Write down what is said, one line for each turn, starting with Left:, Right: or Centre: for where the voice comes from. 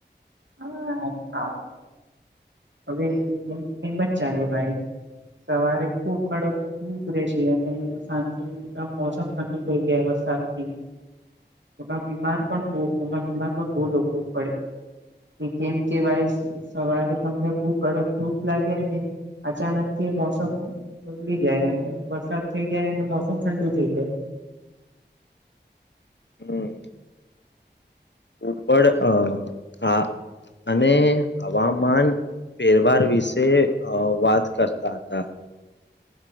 Right: હા હવેમ એમ જ ચાલે ભાઈ સવારે ખુબ કડક ધુપ રહે છે અને સાંજે મોસમ ઠંડુ થઈ જાય વુ સાચી એ બીમાર પણ એ બીમાર પણ બહુ લોકો પડે કેમ કેવાય સવારે તમને બહુ કડક ધુપ લાગેને અચાનક થી મોસમ બગડી જાય અને વરસાદ થઈ જાય અને મોસમ ઠંડુ થઇ જાય
Left: હમ ઉપર અ આ અને હવામાન તહેવાર વિશે અ વાત કરતા હતા